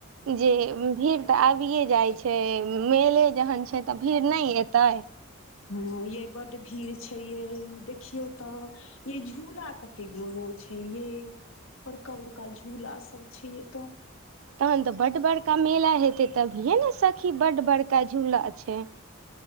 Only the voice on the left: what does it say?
हँ यै बड भीड़ छै यै देखियौ तऽ ये झूला कतेगो गो छै ये बड़का बड़का झूला सब छै एतऽ